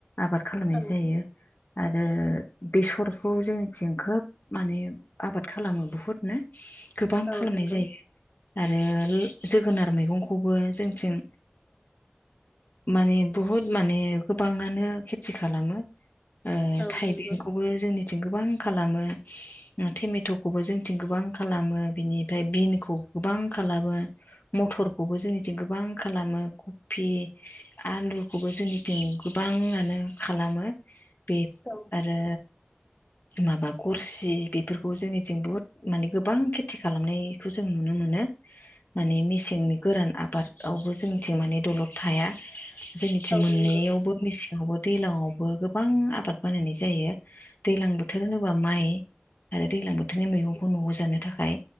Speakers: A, on the left; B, on the left.
A: आबाद खालामनाय
B: औ
A: जायो आरो बेसरखौ जोंनिथिं खोब माने आबाद खालामो बुहुद नो गोबां
B: औ
A: खालामनाय
B: नंगौ
A: जायो आरो जोगोनार मैगंखौबो जोंथिं माने बहुद माने गोबाङानो खेथि खालामो ओ
B: औ
A: थाइबेंखौबो
B: नंगौ
A: जोंनिथिं गोबां खालामो टमेट'खौबो जोंथिं गोबां खालामो बिनिफ्राय बिनखौ गोबां खालामो मथरखौबो जोंनिथिं गोबां खालामो कफि आलुखौबो जोंनिथिं गोबाङानो खालामो बे
B: औ
A: आरो माबा गरसि बेफोरखौ जोंनिथिं बुहुद माने गोबां खेथि खालामनायखौ जों नुनो मोनो माने मेसेंनि गोरान आबादावबो जोंथिं माने दलद थाया जोंनिथिं
B: औ
A: मोननैयावबो
B: नंगौ
A: मेसेङावबो दैलांआवबो गोबां आबाद बानायनाय जायो दैलां बोथोर होनोबा माइ आरो दैलां बोथोरनि मैगंखौ न'आव जानो थाखाय